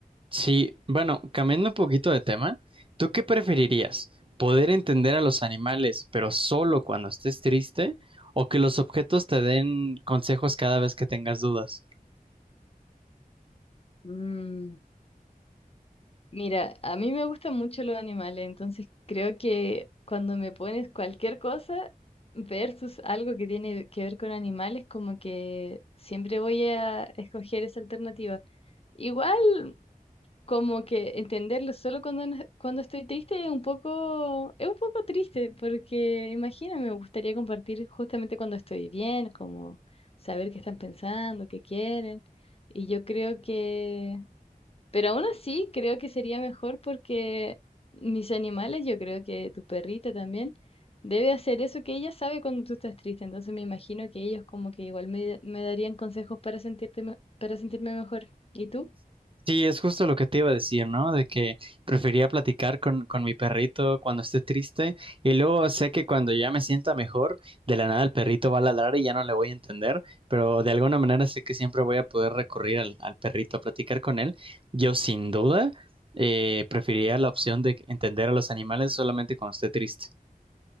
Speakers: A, on the right (about 35°); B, on the left (about 40°).
A: Sí, bueno, cambiando un poquito de tema, ¿tú qué preferirías? ¿Poder entender a los animales, pero solo cuando estés triste? ¿O que los objetos te den consejos cada vez que tengas dudas?
B: Mm, Mira, a mí me gustan mucho los animales, entonces creo que cuando me pones cualquier cosa versus algo que tiene que ver con animales, como que siempre voy a escoger esa alternativa. Igual, como que entenderlo solo cuando, no- cuando estoy triste es un poco, es un poco triste, porque imagina, me gustaría compartir justamente cuando estoy bien, como saber qué están pensando, qué quieren. Y yo creo que pero aún así, creo que sería mejor porque mis animales, yo creo que tu perrita también, debe hacer eso que ella sabe cuando tú estás triste. Entonces me imagino que ellos como que igual me, me darían consejos para sentirte, me- para sentirme mejor. ¿Y tú?
A: Sí, es justo lo que te iba a decir, ¿no? De que prefería platicar con, con mi perrito cuando esté triste y luego sé que cuando ya me sienta mejor, de la nada el perrito va a ladrar y ya no le voy a entender, pero de alguna manera sé que siempre voy a poder recurrir al, al perrito a platicar con él. Yo sin duda eh, preferiría la opción de entender a los animales solamente cuando esté triste.